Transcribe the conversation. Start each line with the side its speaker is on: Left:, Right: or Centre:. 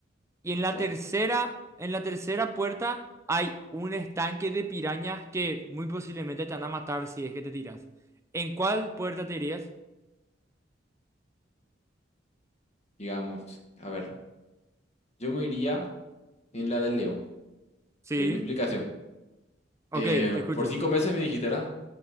Right: Y en la
Left: Bueno,
Right: tercera, en la tercera puerta hay un estanque de pirañas que muy posiblemente te van a matar si es que te tiras. ¿En cuál puerta te irías?
Left: digamos, a ver, yo me iría en la del león.
Right: Sí.
Left: Pero mi explicación.
Right: Ok,
Left: Eh,
Right: te escucho.
Left: por cinco meses me dijiste, ¿verdad?